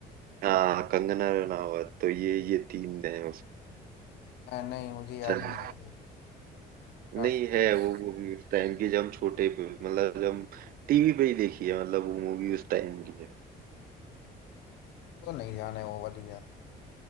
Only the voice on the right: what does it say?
हाँ कंगना रनावत तो ये ये तीन हैं
उसमें
नहीं है वो मूवी उस टाइम की जब हम छोटे पे मतलब जब हम टीवी पे ही देखी है मतलब वो मूवी उस टाइम की है